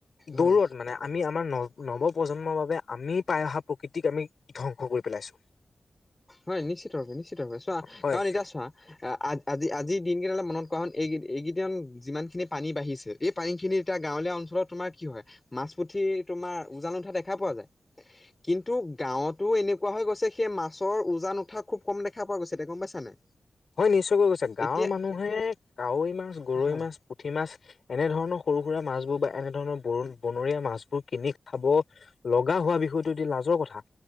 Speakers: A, on the left; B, on the left.
A: হয়
B: দৌৰত মানে আমি আমাৰ ন নৱ প্ৰজন্মৰ বাবে আমি পাই অহা প্ৰকৃতিক আমি ধ্বংস কৰি পেলাইছো।
A: হয় নিশ্চিতভাৱে নিশ্চিতভাৱে চোৱা
B: হয়
A: কাৰণ এতিয়া চোৱা আজি আজি দিনকেইটালে মনত কাৰণ এইকেই এইকেইদান যিমান খিনি পানী বাঢ়িছে এই পানীখিনি এতিয়া গাঁৱলীয়া অঞ্চলত তোমাৰ কি হয় মাছ পুঠি তোমাৰ উজানত দেখা পোৱা যায় কিন্তু গাওটো এনেকুৱা হৈ গৈছে সেই মাছৰ উজান উঠা খুব কম দেখা পোৱা গৈছে তে গম পাইছা নাই
B: হয় নিশ্চয়কৈ কৈছে গাঁৱৰ
A: এতিয়া
B: মানুহে কাৱৈ মাছ, গৰৈ
A: হয়
B: মাছ, পুঠি মাছ এনেধৰণৰ সৰু সুৰা মাছবোৰ বা এনেধৰণৰ ব বনৰীয়া মাছবোৰ কিনি খাব লগা হোৱা বিষয়টো এতিয়া লাজ ৰকথা।